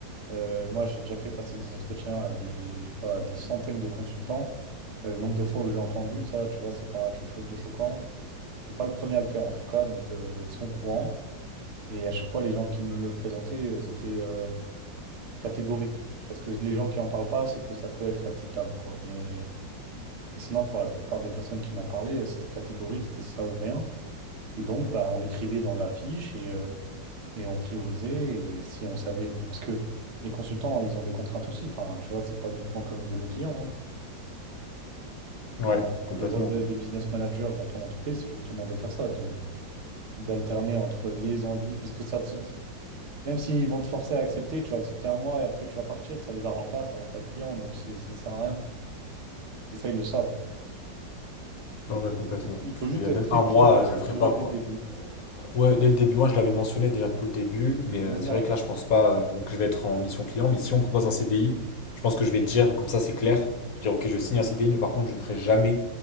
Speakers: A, on the right; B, on the left.
A: Euh, moi, j'ai déjà fait passer des entretiens à des, je sais pas, à des centaines de consultants. Euh, le nombre de fois où je l'ai entendu, ça, tu vois, c'est pas quelque chose de choquant. T'es pas le premier à le faire en tout cas, donc euh, ils sont au courant. Et à chaque fois, les gens qui me le présentaient, euh, c'était euh, catégorique. Parce que les gens qui en parlent pas, c'est que ça peut être acceptable, quoi. Mais, mais sinon, pour la plupart des personnes qui m'en parlaient, euh, c'était catégorique, c'était ça ou rien. Et donc, bah, on l'écrivait dans la fiche et, euh, et on priorisait. Et si on savait, parce que les consultants, ils ont des contraintes aussi. Enfin, tu vois, c'est pas uniquement comme veut le client. hein.
B: Ouais,
A: Quand
B: complètement.
A: le rôle de- des business managers dans ton entreprise, c'est justement de faire ça, de d'alterner entre les envies, parce que ça, Même s'ils vont te forcer à accepter, tu vas accepter un mois et après tu vas partir, ça les arrange pas, ça arrange pas le client, donc c'est- ça sert à rien. Et ça, ils le savent. Donc,
B: Ouais, ouais, complètement.
A: faut- il
B: Puis
A: faut juste
B: euh,
A: être
B: même
A: très
B: un
A: clair
B: mois,
A: et
B: euh,
A: catégorique
B: je le ferai pas,
A: dès
B: quoi.
A: le début.
B: Ouais, dès le début, moi je l'avais mentionné déjà tout le début, mais
A: Et
B: euh,
A: même
B: c'est
A: là,
B: vrai que là je pense pas euh, que je vais être en mission client, mais si on me propose un CDI, je pense que je vais dire, comme ça c'est clair, je vais dire ok je signe un CDI, mais par contre je ne ferai jamais